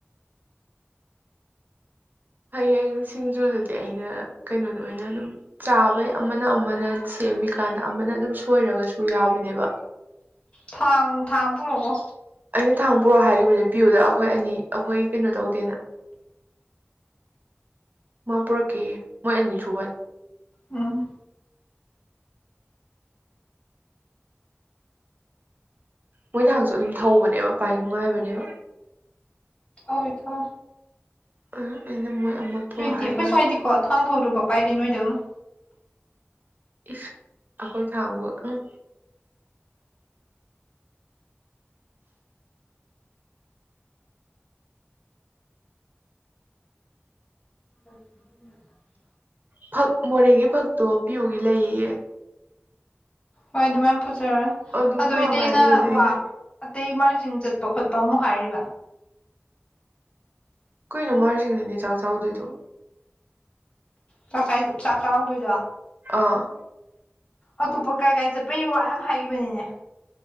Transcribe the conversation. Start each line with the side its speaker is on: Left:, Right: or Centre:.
Right: ꯍꯌꯦꯡ ꯁꯤꯡꯖꯨꯗꯨꯗꯤ ꯑꯩꯅ ꯀꯩꯅꯣꯗ ꯑꯣꯏꯅ ꯑꯗꯨꯝ ꯆꯥꯕꯩ ꯑꯃꯅ ꯑꯃꯅ ꯁꯦꯝꯃꯤꯀꯥꯟꯗ ꯑꯃꯅ ꯑꯗꯨꯝ ꯁꯣꯏꯔꯒꯁꯨ ꯌꯥꯕꯅꯦꯕ
Left: ꯊꯥꯡ ꯊꯥꯡ ꯄꯨꯔꯣꯀꯣ
Right: ꯑꯩꯅ ꯊꯥꯡ ꯄꯨꯔꯛꯑꯣ ꯍꯥꯏꯈꯤꯕꯅꯦ ꯄꯤꯌꯨꯗ ꯑꯩꯈꯣꯏ ꯑꯅꯤ ꯑꯩꯈꯣꯏ ꯀꯩꯅꯣ ꯇꯧꯗꯦꯅ ꯃꯥ ꯄꯨꯔꯛꯀꯦ ꯃꯣꯏ ꯑꯅꯤꯁꯨꯕꯩ
Left: ꯎꯝ
Right: ꯃꯣꯏ ꯊꯥꯡꯁꯨ ꯑꯗꯨꯝ ꯊꯧꯕꯅꯦꯕ ꯄꯥꯏ ꯅꯨꯡꯉꯥꯏꯕꯅꯦꯕ
Left: ꯑꯣꯏ ꯊꯣ
Right: ꯑ ꯑꯩꯅ ꯃꯣꯏ ꯑꯃ ꯄꯨꯔꯛꯑꯣ
Left: ꯍꯨꯏꯗꯤ
Right: ꯍꯥꯏꯈꯤꯕꯅꯤ
Left: ꯑꯩꯈꯣꯏ ꯁ꯭ꯋꯥꯏꯗꯤꯀꯣ ꯊꯥꯡ ꯊꯧꯗꯕ ꯄꯥꯏꯗꯦ ꯅꯣꯏꯗꯧꯅ
Right: ꯏꯁ ꯑꯈꯣꯏ ꯊꯥꯡꯕꯨ ꯎꯝ
Left: <unintelligible>
Right: ꯐꯛ ꯃꯣꯔꯦꯒꯤ ꯐꯛꯇꯣ ꯄꯤꯌꯨꯒꯤ ꯂꯩꯌꯦ
Left: ꯍꯣꯏ ꯑꯗꯨꯃꯥꯏ ꯄꯨꯖꯔꯅꯤ
Right: ꯑꯗꯨ
Left: ꯑꯗꯣ
Right: ꯄꯨꯔꯛꯑꯣ
Left: ꯏꯇꯩꯅ
Right: ꯍꯥꯏꯈꯤꯕꯅꯦ ꯑꯩꯅ
Left: ꯋꯥ ꯑꯇꯩ ꯃꯥꯔꯖꯤꯡ ꯆꯠꯄ ꯈꯣꯠꯄ ꯑꯃꯨꯛ ꯍꯥꯏꯔꯤꯕ
Right: ꯀꯩꯅꯣ ꯃꯥꯔꯖꯤꯡꯗꯅꯦ ꯆꯥꯛ ꯆꯥꯎꯗꯣꯏꯗꯨ
Left: ꯆꯥꯛ ꯆꯥꯏ ꯆꯥꯛ ꯆꯥꯎꯗꯣꯏꯗꯣ
Right: ꯑ
Left: ꯑꯇꯣꯞꯄ ꯀꯥꯏ ꯀꯥꯏ ꯆꯠꯄꯩ ꯋꯥ ꯌꯥꯝ ꯍꯥꯏꯒꯤꯕꯅꯤꯅꯦ꯫